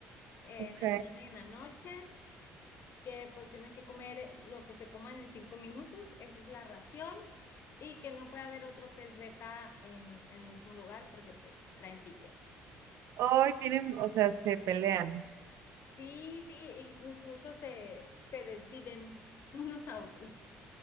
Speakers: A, on the left; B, on the right.
A: en
B: Ok.
A: la mañana y en la noche, que pues tienen que comer eh, lo que se coman en cinco minutos, esa es la ración, y que no puede haber otro pez beta en, en el mismo lugar porque pues traen pique.
B: Ay, tienen, o sea, se pelean.
A: Sí, sí, in- incluso se, se desviven unos a otros.